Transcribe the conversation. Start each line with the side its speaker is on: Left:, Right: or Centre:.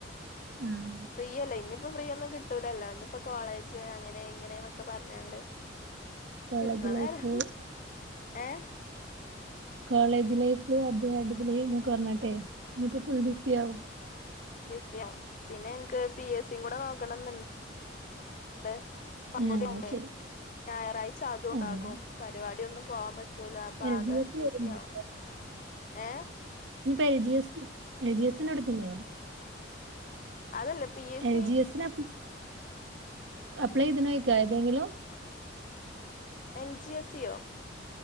Right: ഉം
Left: ഫ്രീയല്ലേ ഇനിയിപ്പോ ഫ്രീ ഒന്നും കിട്ടൂലല്ലോ ഇനിപ്പോ കോളേജ് അങ്ങനെ ഇങ്ങനെൊക്ക പറ പറഞ്ഞണ്ട്
Right: കോളേജ്
Left: കിട്ടണാരരുന്നു
Right: ലൈഫ്
Left: ഏ
Right: കോളേജ് ലൈഫ് അദ്ദേഹം അടിപൊളി ഇ കൊഞ്ഞട്ടെ ഇനിയിപ്പോ ഫുൾ ബിസി ആവും
Left: ബസിയം പിന്നെ എനിക്ക് പി എസ് സും കൂടെ നോക്കണെന്നണ്ട് പങ്കുടിയണ്ടേ
Right: ആഹ് അത് ശരി
Left: ഞായറാഴ്ച അതും ഉണ്ടാകും
Right: ആഹ്
Left: പരിപാടി ഒന്നും പോകൻ പറ്റ റ്റുല അപ്പൊ
Right: എൽ
Left: ആകെ
Right: ജി എസ്
Left: ബിസിയാവോ
Right: വരുന്നുണ്ട്
Left: ഏ
Right: ഇനിയിപ്പോ L G S L G എസിനോടെ തന്നെയോ
Left: അതല്ല P S
Right: L
Left: C
Right: G എസ്സിന് അപ്ലൈ ഇത് നോയിക്കാ ഏതെങ്കിലോ
Left: എൽ ജി എസ്സിയൊ